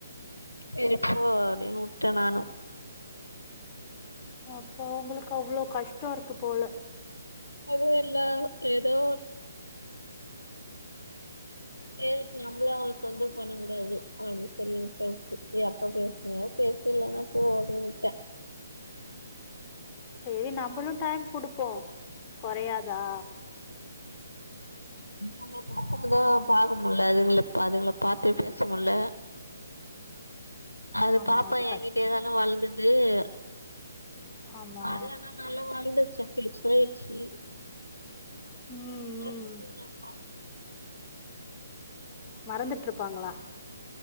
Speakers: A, on the left; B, on the left.
A: சரிப்போ அப்படின்னு விட்டேன் நானும்
B: அப்போ அவங்களுக்கு அவ்வளோ கஷ்டம் இருக்கு போல
A: அதுவும் எல்லாம் ஏதோ ஏய் நம்மள அவளுக்கு தொந்தர பண்ண கூடாது அப்படி சொல்லி விட்டாச்சு ஏ அப்பா பேசின பேசலன்னா போ விட்டேன்
B: சரி நம்மளும் டைம் குடுப்போம் கொறையாதா
A: அந்த பசங்கதா பாக்க முல்ல அதுங்கள அதுங்கள பாத்து பேச முல்ல அது
B: ஆமா
A: பாப்பா என்கிட்டே
B: கஷ்டோ
A: தானே வளந்து அது <unintelligible>
B: ஆமா
A: அது என்ன நல்லா வளந்துச்சு பெருசாயிச்சி
B: ம்
A: பாத்துக்கங்க
B: ம்
A: அக்கா
B: மறந்துட்டு இருப்பாங்களா